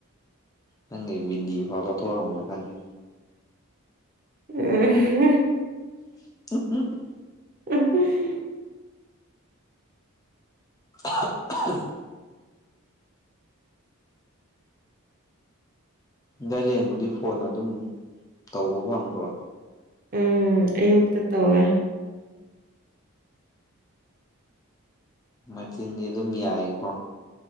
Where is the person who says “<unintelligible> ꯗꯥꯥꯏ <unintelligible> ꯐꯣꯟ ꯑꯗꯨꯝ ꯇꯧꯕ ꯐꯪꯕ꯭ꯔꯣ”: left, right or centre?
Left